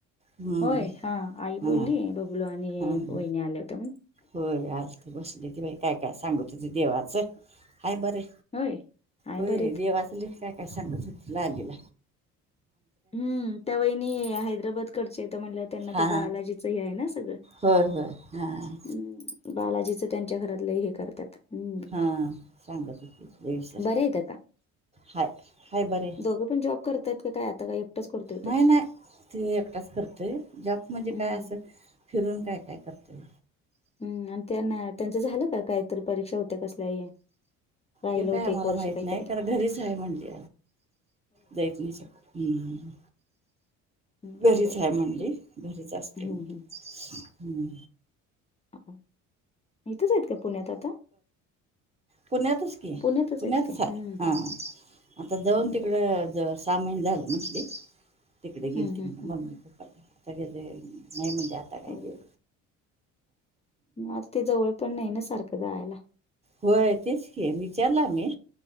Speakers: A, on the right (about 20°); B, on the left (about 20°).
A: हम्म
B: होय हा आई
A: हा
B: बोलली बबलो आणि
A: हा हा
B: वहिने आल्या होते्या म्हण.
A: होय आलत बसली ती बाई काय काय सांगू तुझे देवाचं आहेाय बरं.
B: होय. आहे
A: होय
B: बरे आहेत.
A: जेवाचलीच काय काय सांगत हो लागल.
B: हम्म त्यावेहिणी हैदराबाद कडचे आहे तर म्हणलं त्यांना
A: हा
B: ते बा बालाजीच ह आहे ना सगळं.
A: होय होय हां.
B: हम् बालाजीच त्यांच्या घरातलं हे करतात हम्म.
A: हां चांगलं त विचर
B: बरे आहेत
A: हाय हाय बर आहे.
B: ोघं पण जॉब करतात काय आता काय? एकटाच करतोय
A: नाही
B: तो.
A: नाही ते एकटाच करतय जॉब म्हणजे
B: हम्म
A: काय असं. फिरून काय काय करते.
B: हम् आणि त्यांना त्यांचं झालं का कायतरी परीक्षा होत्या कसल्या हे. राहिलं
A: हे काय
B: होतं
A: आम्हाला
B: एक वर्ष
A: माहित
B: काहीतरी.
A: नाही कार घरीच आहे म्हणल. जायेत नाही हम्म.
B: हम्म,
A: घरीच
B: बरं
A: आहे म्हणली घरीच असते
B: हम्म
A: हम्.
B: हम्म. इथंच आहेत का पुण्यात आता
A: पुोणे तच की
B: पुण्यातच
A: पुोणेण्या
B: आहेत
A: त
B: काय?
A: सा
B: हम्म
A: हा. आता जाऊन
B: हम्म.
A: तिकडं सामान झालं म्हटली. तिकडे गेल
B: हं,
A: त
B: हं,
A: म्हणा
B: हं.
A: मग ममी प्पा आताग नाही म्हणजे आता काय
B: हो.
A: गेल.
B: आता ते जवळ पण नाही ना सारखं जायला.
A: होय तेच घ विचारला मी